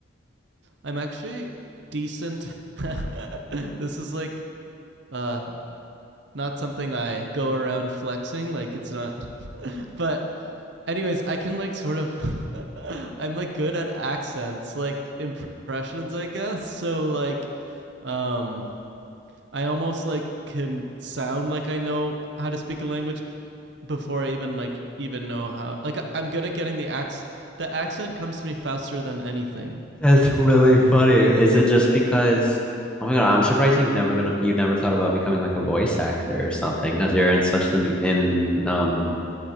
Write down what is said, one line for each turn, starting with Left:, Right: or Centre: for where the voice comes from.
Right: I'm actually decent. <laughs> this is like uh not something I go around flexing. Like it's not But anyways, I can like sort of <laughs> I'm like good at accents, like impressions, I guess. So like um I almost like can sound like I know how to speak a language before I even like even know how. Like I- I'm good at getting the acc the accent comes to me faster than anything.
Centre: That's really funny. Is it just because, oh my God, I'm surprised you've never been, you've never thought about becoming like a voice actor or something because you're in such the, mu- in, um,